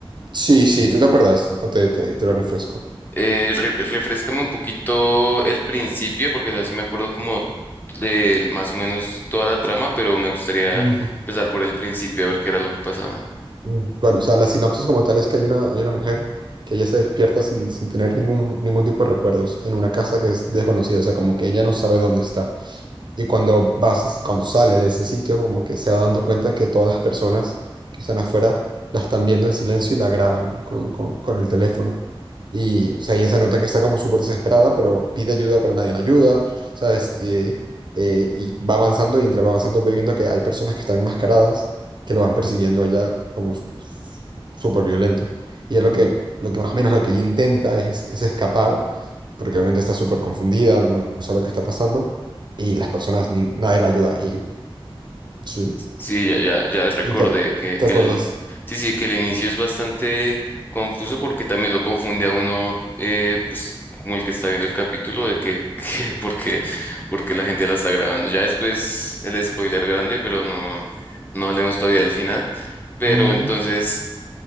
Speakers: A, on the right; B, on the left.
A: sí, sí, ¿tú te acuerdas? O te, te- te lo refresco.
B: Eh, re- refréscame un poquito el principio, porque así me acuerdo como del más o menos toda la trama, pero me gustaría
A: Ujú.
B: empezar por el principio a ver qué era lo que pasaba.
A: Mm, Bueno, o sea, la sinopsis como tal es que hay una, hay una mujer que ella se despierta sin, sin tener ningún, ningún tipo de recuerdos en una casa que es desconocida, o sea, como que ella no sabe dónde está. Y cuando vas, cuando sales de ese sitio, como que se va dando cuenta que todas las personas que están afuera la están viendo en silencio y la graban con, con- con el teléfono. Y, o sea, ella se nota que está como súper desesperada, pero pide ayuda, pero nadie la ayuda, ¿sabes? Y, eh, y va avanzando y entre va avanzando ve viendo que hay personas que están enmascaradas que lo van persiguiendo a ella como s- súper violento. Y es lo que, lo que más o menos lo que ella intenta es, es escapar, porque obviamente está súper confundida, no no sabe lo que está pasando y las personas, ni- nadie la ayuda. Y sí,
B: Sí, ya, ya, ya recordé
A: y te,
B: que,
A: te
B: que
A: acuerdas.
B: el, sí, sí, que el inicio es bastante confuso porque también lo confunde a uno, eh, pues como el que está viendo el capítulo de que, <laughs> que porque, porque la gente la está grabando. Ya después el spoiler grande, pero no, no hablemos todavía del final. Pero
A: Ujú.
B: entonces